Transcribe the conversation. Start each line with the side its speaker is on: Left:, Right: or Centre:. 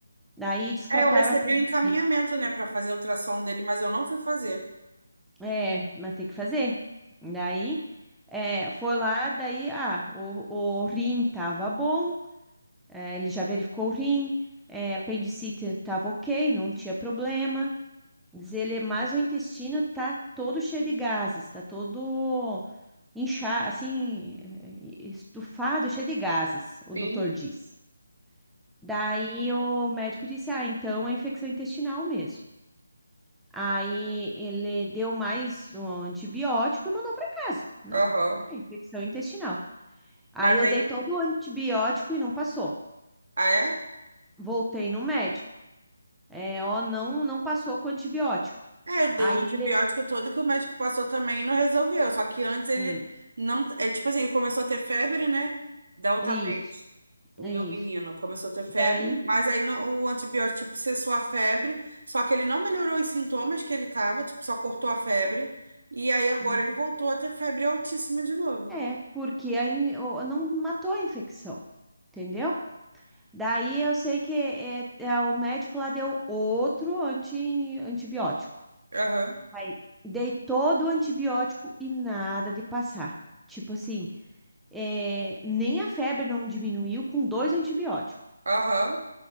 Centre: Daí descartaram
Right: É, eu recebi
Centre: a apendicite.
Right: o encaminhamento, né, pra fazer o ultrassom dele, mas eu não fui fazer.
Centre: É, mas tem que fazer. Daí é, foi lá, daí ah, o, o rim tava bom, é, ele já verificou o rim, é, apendicite tava ok, não tinha problema. Diz ele, mas o intestino tá todo cheio de gases, tá todo inchado, assim, eh, estufado, cheio de gases, o
Right: Sim.
Centre: doutor diz. Daí o médico disse: Ah, então é infecção intestinal mesmo. Aí ele deu mais um antibiótico e mandou para casa, né?
Right: Aham.
Centre: É infecção intestinal. Aí
Right: Mas
Centre: eu
Right: aí.
Centre: dei todo o antibiótico e não passou.
Right: Ah, é?
Centre: Voltei no médico. É, ó, não, não passou com antibiótico.
Right: É, eu dei
Centre: Aí
Right: o antibiótico
Centre: ele.
Right: todo que o médico passou também e não resolveu. Só que antes ele
Centre: hum,
Right: não. É tipo assim, ele começou a ter febre, né? Da outra
Centre: isso.
Right: vez. O
Centre: Isso.
Right: meu menino começou a ter febre,
Centre: Daí
Right: mas aí não- o antibiótico tipo, cessou a febre, só que ele não melhorou os sintomas que ele tava, tipo, só cortou a febre, e aí agora
Centre: hum,
Right: ele voltou a ter febre altíssima de novo.
Centre: é, porque aí o- não matou a infecção, entendeu? Daí eu sei que é, é, o médico lá deu outro anti, antibiótico.
Right: Aham,
Centre: Aí dei todo o antibiótico e nada de passar. Tipo assim, é, nem a febre não diminuiu com dois antibióticos.
Right: aham.